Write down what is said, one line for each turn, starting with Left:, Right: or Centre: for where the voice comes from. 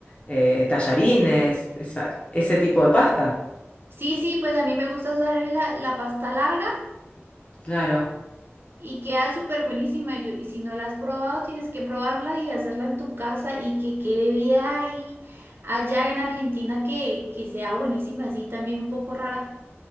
Left: eh, tallarines, esa- ese tipo de pasta.
Right: sí, sí, pues a mí me gusta usar la, la pasta larga
Left: Claro,
Right: y queda súper buenísima. Y, yo- y si no la has probado, tienes que probarla y hacerla en tu casa y que quede vida ahí allá en Argentina que, que sea buenísima, así también un poco rara.